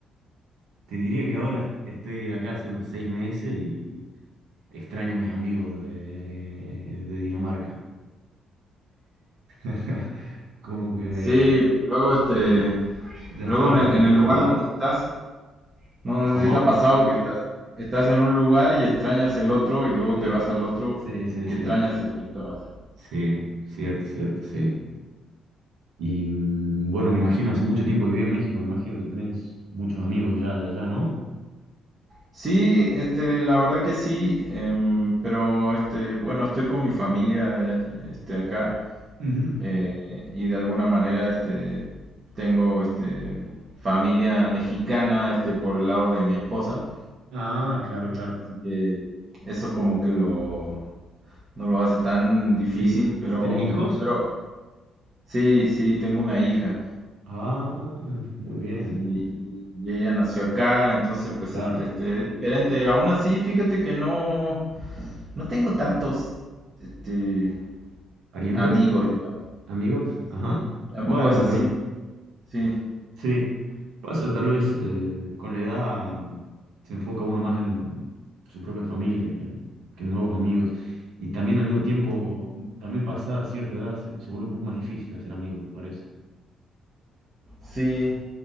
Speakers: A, on the right (about 80°); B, on the right (about 35°).
A: te diría que ahora est- estoy acá hace unos seis meses y extraño a mis amigos de, de Dinamarca. <laughs> Como que
B: Sí, luego este,
A: sí, ya
B: luego
A: estaba
B: en
A: un
B: el,
A: poco
B: en
A: acostumbrado.
B: el lugar donde estás, no, no
A: ¿Cómo?
B: sé si te ha pasado que estás, estás en un lugar y extrañas el otro y luego
A: Sí.
B: te vas al otro
A: Sí, sí,
B: y
A: sí.
B: extrañas el que estabas.
A: Sí, cierto, cierto, sí. Y mm, bueno, me imagino, hace mucho tiempo que viví en México, me imagino que tenés muchos amigos ya de allá, ¿no?
B: Sí, este, la verdad que sí, em, pero este, bueno, estoy con mi familia, eh, este, acá.
A: Ujú.
B: eh, y de alguna manera este, tengo este, familia mexicana este, por el lado de mi esposa,
A: Ah, claro, claro.
B: así que eso como que lo, no lo hace tan difícil,
A: Sí.
B: pero,
A: ¿Tenés hijos?
B: pero sí, sí, tengo una hija.
A: Ah, muy bien.
B: Sí, y, y ella nació acá, entonces pues
A: Claro.
B: este, este, es diferente. Aún así, fíjate que no, no tengo tantos este,
A: ¿Parientes?
B: amigos, digamos.
A: ¿Amigos? Ajá.
B: Sí, amigos
A: Bueno,
B: así,
A: pero
B: muy- sí,
A: sí. Pasa tal vez eh, con la edad mm, se enfoca uno más en su propia familia que en, que en nuevos amigos. Y también al mismo tiempo, también pasada cierta edad, se, se vuelve un poco más difícil hacer amigos, me parece.
B: sí,